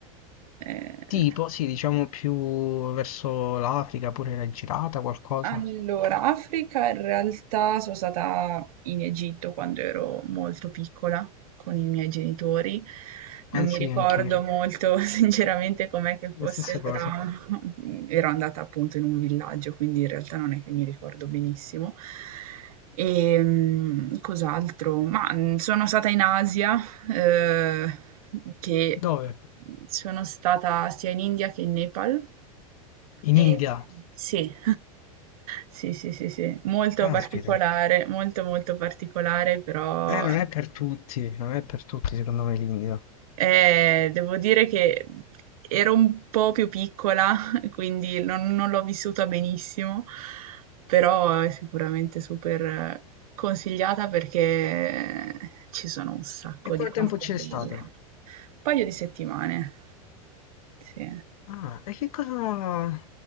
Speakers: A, on the right; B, on the left.
A: eh,
B: Tipo, sì, diciamo più verso l'Africa, pure l'hai girata qualcosa?
A: Allora, Africa in realtà sono stata in Egitto quando ero molto piccola con i miei genitori. Non
B: Eh
A: mi
B: sì,
A: ricordo
B: anch'io,
A: molto <laughs> sinceramente com'è che fosse,
B: la stessa
A: però
B: cosa.
A: <laughs> ero andata appunto in un villaggio, quindi in realtà non è che mi ricordo benissimo. E mm, cos'altro? Ma mm, sono stata in Asia, eh, che
B: Dove?
A: sono stata sia in India che in Nepal.
B: In
A: E,
B: India.
A: sì. Sì, sì, sì, sì, molto
B: Caspita.
A: particolare, molto molto particolare, però
B: Eh, non è per tutti, non è per tutti secondo me l'India.
A: eh, devo dire che ero un po' più piccola, <laughs> quindi non, non l'ho vissuta benissimo, però è sicuramente super consigliata perché ci sono un sacco
B: E quanto
A: di cose
B: tempo c'è
A: da vedere.
B: stato?
A: Un paio di settimane, sì.
B: Ah, e che cosa...